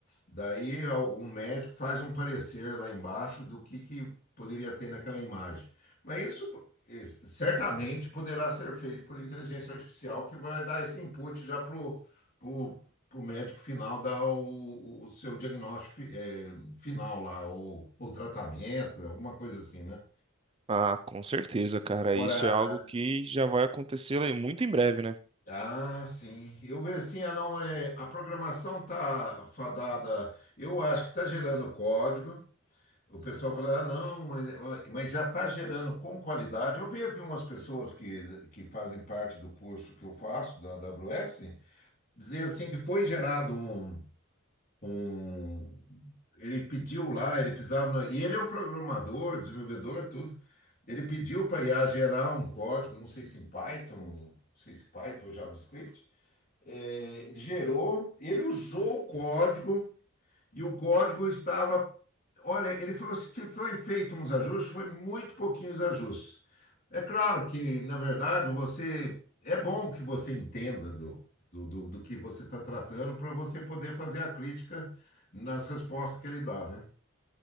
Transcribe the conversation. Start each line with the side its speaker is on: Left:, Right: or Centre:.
Left: daí ao- um médico faz um parecer lá embaixo do que, que poderia ter naquela imagem. Mas isso eh, certamente poderá ser feito por inteligência artificial que vai dar esse input já para o para o médico final dar o, o seu diagnóstico fi- eh, final lá, ou, ou tratamento, alguma coisa assim, né?
Right: Ah, com certeza, cara.
Left: Agora,
Right: Isso é algo que já vai acontecer né, muito em breve, né?
Left: ah, sim. Eu vejo assim, ah, não, é, a programação tá fadada. Eu acho que tá gerando código. O pessoal fala, ah, não, mas, mas já tá gerando com qualidade. Eu vejo aqui umas pessoas que, que fazem parte do curso que eu faço, da AWS, dizer assim que foi gerado um, um- ele pediu lá, ele precisava, na- e ele é um programador, desenvolvedor, tudo. Ele pediu para IA gerar um código, não sei se em Python, não sei se Python ou JavaScript. É, ele gerou, ele usou o código e o código estava. Olha, ele falou assim: se foi feito uns ajustes, foi muito pouquinhos ajustes. É claro que, na verdade, você. É bom que você entenda do, do, do, do que você está tratando para você poder fazer a crítica nas respostas que ele dá, né?